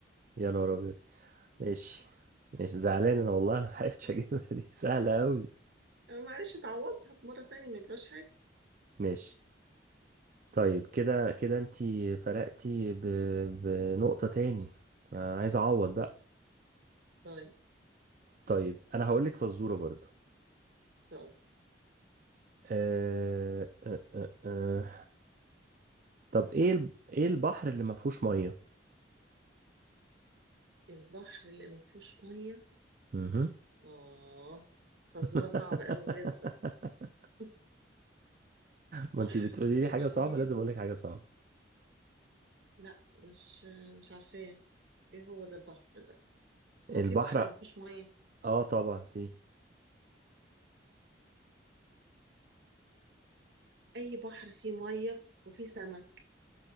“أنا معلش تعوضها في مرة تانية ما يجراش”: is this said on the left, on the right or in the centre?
Right